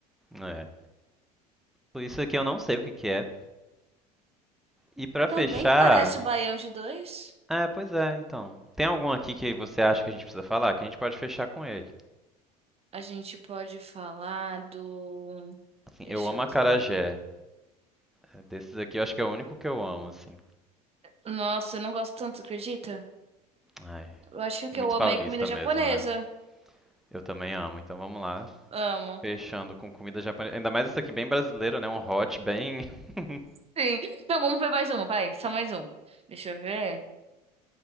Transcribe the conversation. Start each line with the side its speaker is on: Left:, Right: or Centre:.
Centre: É. Isso aqui eu não sei o que que é. E pra
Right: Também
Centre: fechar,
Right: parece o Baião de dois.
Centre: é, pois é, então. Tem algum aqui que você acha que a gente precisa falar? Que a gente pode fechar com ele.
Right: A gente pode falar do.
Centre: Assim,
Right: Deixa
Centre: eu amo
Right: eu
Centre: acarajé.
Right: ver.
Centre: É, Desses aqui eu acho que é o único que eu amo, assim.
Right: Nossa, eu não gosto tanto, você acredita?
Centre: Ai,
Right: Eu acho que o
Centre: muito
Right: que eu amo
Centre: paulista
Right: é comida japonesa.
Centre: mesmo, né? Eu também amo. Então vamos lá,
Right: Amo.
Centre: fechando com comida japonesa. Ainda mais essa aqui bem brasileira, né? Um hot bem <laughs>
Right: Sim. Não, vamos ver mais uma, vai. Só mais um. Deixa eu ver.